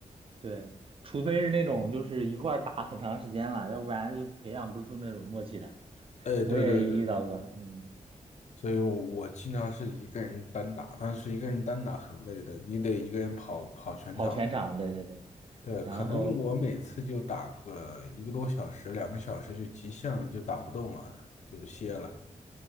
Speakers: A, on the right (about 40°); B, on the left (about 55°).
A: 对，除非是那种就是一块儿打很长时间了，要不然就培养不出那种默契的。
B: 哎，
A: 我也遇到过，
B: 对对对，
A: 嗯，
B: 所以我，我经常是一个人单打，但是一个人单打很累的，你得一个人跑跑全场。
A: 跑全场，对对对。
B: 对，
A: 然后，
B: 可能我每次就打个一个多小时、两个小时就极限了，就打不动了，就歇了。